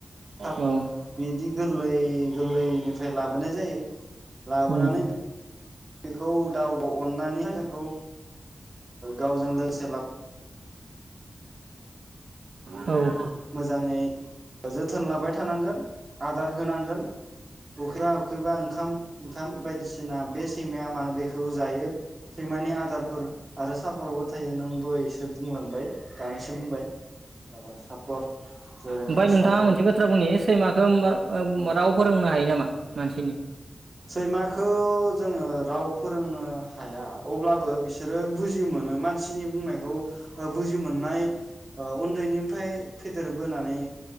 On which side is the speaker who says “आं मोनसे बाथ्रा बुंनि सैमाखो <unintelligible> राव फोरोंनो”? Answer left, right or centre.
Right